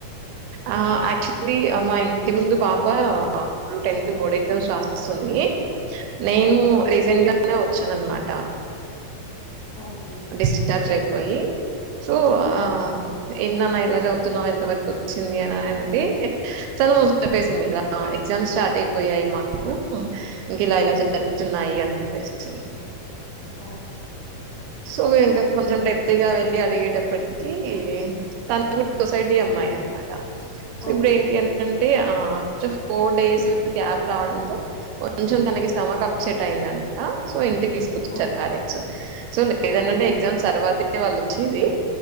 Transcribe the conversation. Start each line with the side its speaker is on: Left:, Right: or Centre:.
Right: ఆ యాక్చువల్లీ మా ఇంటి ముందు పాప ఇప్పుడు టెన్త్ బోర్డ్ ఎగ్జామ్స్ రాస్తుంది నేను
Left: ఓకే
Right: రిసెంట్గా అని వచ్చాన అనమాట
Left: ఓకే
Right: డిస్చార్జ్ అయి పోయి సో ఆ
Left: హా
Right: ఎ నాన్న ఎలా చదువుతున్నావు ఎంత వరకు వచ్చింది అని అంటే తను చెప్పేసింది ఇలా ఎగ్జామ్ స్టార్ట్ అయిపోయాయి మాకు ఇంక ఇలా ఇలా జరుగుతున్నాయి అని చెప్పేసి
Left: ఓ
Right: సో ఇంకా కొంచెం డెప్త్
Left: జరిగింది
Right: గా వెళ్ళి అడిగేటప్పటికి కీ తను కూడా సొసైటీ అమ్మాయి అనమాట సో
Left: ఓకే
Right: ఇప్పుడు ఏంటి అంటే ఆ ఫోర్ డేస్ గ్యాప్ రావడంతో కొంచెం తనకి స్టమక్ అప్సెట్ అయింది. ఆ సో ఇంటికి తీసుకొచ్చారు
Left: ఓ
Right: పేరెంట్స్ సో లేదంటంటే
Left: ఓకే
Right: ఎగ్జామ్స్ తర్వాతే యె వాళ్ళొచ్చేది